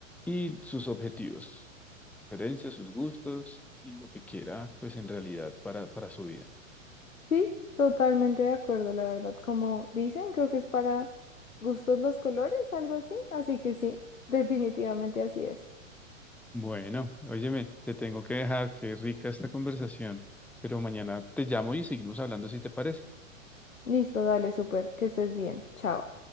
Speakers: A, in the centre; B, on the left (about 90°).
A: y sus objetivos, preferencias, sus gustos y lo que quiera, pues en realidad para, para su vida.
B: Sí, totalmente de acuerdo, la verdad. Como dicen, creo que es para gustos los colores, algo así. Así que sí, definitivamente así es.
A: Bueno, óyeme, te tengo que dejar, qué rica esta conversación, pero mañana te llamo y seguimos hablando si te parece.
B: Listo, dale, súper, que estés bien. Chao.